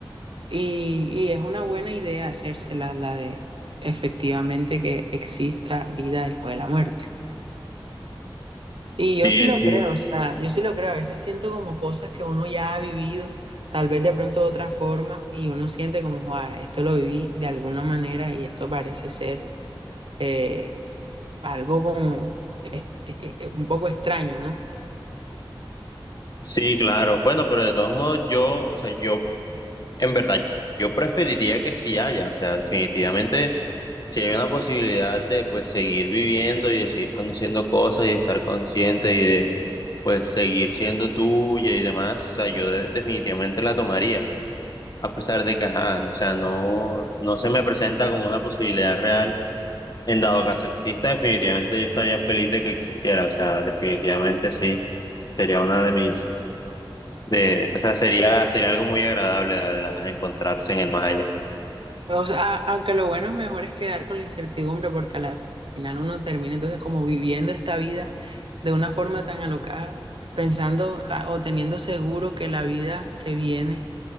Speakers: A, on the right; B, on the left.
A: Y, y es una buena idea hacérsela, la de efectivamente que exista vida después de la muerte. Y
B: Sí,
A: yo sí lo
B: sí,
A: creo, o sea, yo sí lo creo. A veces siento como cosas que uno ya ha vivido, tal vez de pronto de otra forma, y uno siente como, "Joa, esto lo viví de alguna manera y esto parece ser eh, algo como eh, eh, eh, un poco extraño, ¿no?
B: sí, claro. Bueno, pero de todos modos, yo, o sea, yo, en verdad, yo preferiría que sí haya, o sea, definitivamente, si hay una posibilidad de, pues, seguir viviendo y de seguir conociendo cosas y de estar consciente y de, pues, seguir siendo tuya y demás, o sea, yo de- definitivamente la tomaría. a pesar de que, ajá, o sea, no, no se me presenta como una posibilidad real. En dado caso exista, definitivamente yo estaría feliz de que existiera, o sea, definitivamente sí. Sería una de mis, de, o sea, sería, sería algo muy agradable, la verdad, encontrarse en el más allá.
A: O sea, a- aunque lo bueno es mejor es quedar con la incertidumbre porque a la final uno termina entonces como viviendo esta vida de una forma tan alocada, pensando ah, o teniendo seguro que la vida que viene